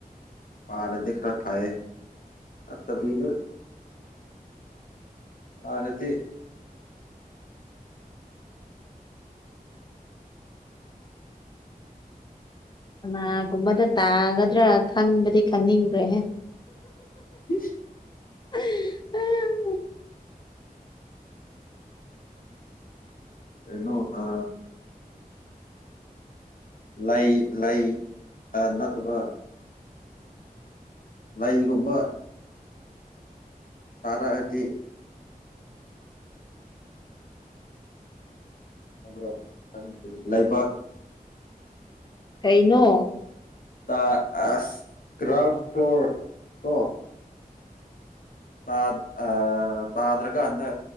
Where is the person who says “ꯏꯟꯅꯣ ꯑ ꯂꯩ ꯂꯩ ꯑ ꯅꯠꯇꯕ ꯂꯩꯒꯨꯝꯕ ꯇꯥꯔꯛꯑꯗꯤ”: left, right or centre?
Left